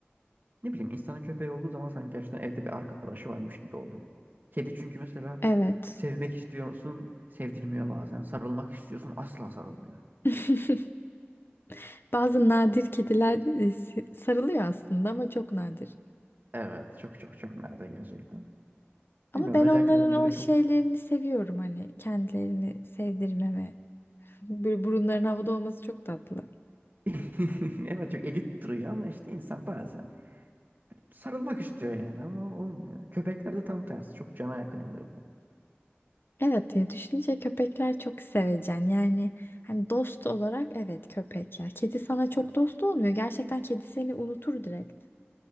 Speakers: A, on the right; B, on the left.
A: Ne bileyim insanın köpeği olduğu zaman sanki gerçekten evde bir arkadaşı varmış gibi oluyor. Kedi çünkü mesela
B: Evet.
A: sevmek istiyorsun, sevdirmiyor bazen. Sarılmak istiyorsun, asla sarılmıyor.
B: <laughs> Bazı nadir kediler e, s- sarılıyor aslında ama çok nadir.
A: Evet, çok çok çok nerede gerçekten.
B: Ama
A: Bilmiyorum
B: ben
A: özellikle
B: onların
A: ben böyle
B: o şeylerini
A: çok
B: seviyorum hani kendilerini sevdirmeme Böyle burunların havada olması çok tatlı.
A: <laughs> evet çok elit duruyor ama işte insan bazen sarılmak istiyor yani ama olmuyor. Köpeklerde tam tersi çok cana yakın oluyor bu.
B: Evet diye düşününce köpekler çok sevecen. Yani hani dost olarak evet köpek ya. Kedi sana çok
A: Evet.
B: dost olmuyor. Gerçekten kedi seni unutur direkt.